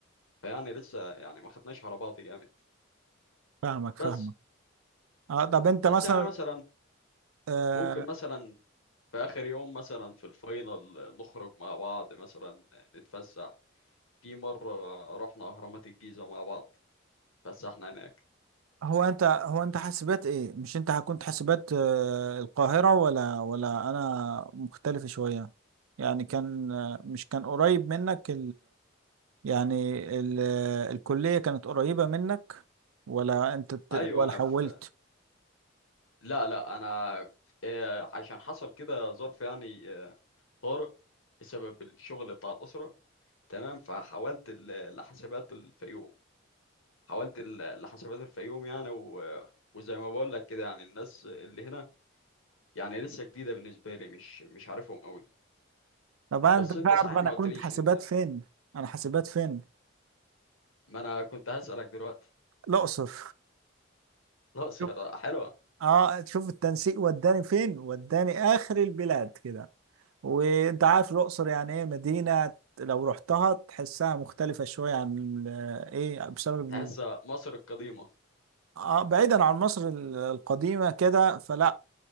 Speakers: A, on the left (about 80°); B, on the right (about 85°).
A: فيعني لسه يعني ما خدناش على بعض جامد
B: فاهمك فاهمك
A: بس
B: اه طب انت
A: بس
B: مثلا
A: يعني مثلا
B: آه،
A: ممكن مثلا في آخر يوم مثلا في الفاينل آه، نخرج مع بعض مثلا آه، نتفسح في مرة رحنا أهرامات الجيزة مع بعض فسحنا هناك
B: هو انت هو انت حاسبات ايه مش انت كنت حاسبات آه، القاهرة ولا ولا انا مختلف شوية يعني كان آه، مش كان قريب منك يعني ال... الكلية كانت قريبة منك ولا انت ت-
A: أيوة
B: ولا
A: أنا
B: حولت
A: في لا لا انا آه، عشان حصل كده ظرف يعني آه، طارئ بسبب الشغل بتاع الاسره تمام فحولت ال- لحسابات الفيوم حولت ال- لحسابات الفيوم يعني و... وزي ما بقول لك كده يعني الناس اللي هنا يعني لسه جديده بالنسبه لي مش مش عارفهم قوي
B: طبعا
A: بس
B: انت تعرف
A: انت صحيح
B: انا
A: ما
B: كنت
A: قلتليش
B: حاسبات
A: انت
B: فين انا حاسبات فين
A: ما انا كنت هسالك دلوقتي
B: الاقصر
A: <laughs> الاقصر
B: شوف-
A: حلوه
B: اه تشوف التنسيق وداني فين وداني اخر البلاد كده وانت عارف الاقصر يعني ايه مدينة لو رحتها تحسها مختلفة شوية عن ال- ايه بسبب
A: تحسها
B: ال-
A: مصر القديمه
B: آه بعيدا عن مصر ال- القديمة كده فلا